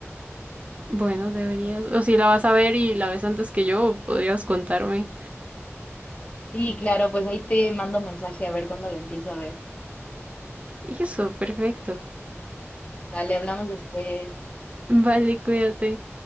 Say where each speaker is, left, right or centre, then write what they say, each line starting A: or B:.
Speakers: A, on the right; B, on the left.
A: Bueno, deberías, o si la vas a ver y la ves antes que yo, podrías contarme.
B: Sí, claro, pues ahí te mando mensaje a ver cuándo la empiezo a ver.
A: Y eso, perfecto.
B: Dale, hablamos después.
A: Vale, cuídate.